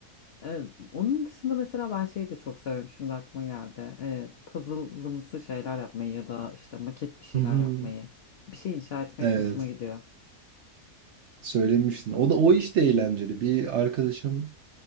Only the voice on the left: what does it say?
E, onun dışında mesela ben şeyi de çok severim. Şimdi aklıma geldi. E, puzzle'ımsı şeyler yapmayı ya da işte maket bir şeyler
yapmayı. Bir şey inşa etmek
hoşuma gidiyor.